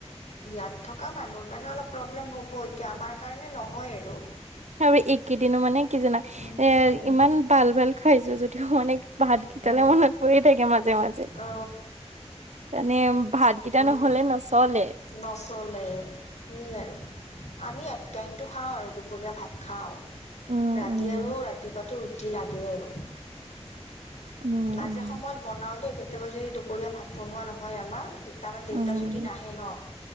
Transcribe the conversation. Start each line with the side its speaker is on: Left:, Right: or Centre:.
Left: ইয়াত থকা মানুহৰ কাৰণে অলপ প্ৰব্লেম হ'ব এতিয়া আমাৰ কাৰণে নহয় আৰু
Right: আৰু এইকেইদিনো মানে কি জানা
Left: উম
Right: এ
Left: উম
Right: ইমান ভাল ভাল খাইছো যদিও মানে ভাত কেইটালে
Left: হয়
Right: মনত পৰি থাকে মাজে মাজে
Left: অ
Right: এানে এতিয়া
Left: উম,
Right: নহ'লে ন চলে
Left: নচলে সেই আৰু আনি এক টাইমতটো খাওঁ আৰু দুপৰীয়া ভাত খাওঁ
Right: উম,
Left: ৰাতি
Right: উম,
Left: আৰু ৰাতিপুৱাাতটো লাগে আৰু
Right: উম,
Left: মাজে
Right: উম,
Left: সময়ত বনাও দেই কেতিয়াবা যদি দুপৰীয়া ভাত বনোৱা নহয় আমাৰ তাৰামান দেউতা
Right: উম,
Left: যদি নাহে ন